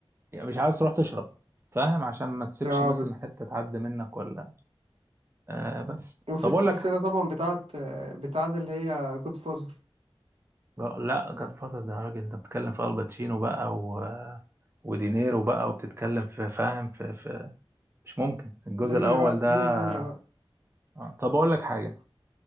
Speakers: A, on the right; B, on the right.
A: يعني مش عايز تروح تشرب فاهم عشان ما تسيبش
B: اه
A: مثلا
B: بت...
A: حتة تعدي منك ولا آه بس
B: وفي
A: طب
B: السلسله
A: اقول لك
B: طبعا بتاعت بتاعت اللي هي جود فازر
A: لا جاد فازر ده يا راجل انت بتتكلم في الباتشينو بقى و... ودينيرو بقى وبتتكلم في فاهم في, في مش ممكن الجزء
B: دنيا
A: الاول
B: بقى
A: ده
B: دنيا تانية بقى
A: آه، طب اقول لك حاجة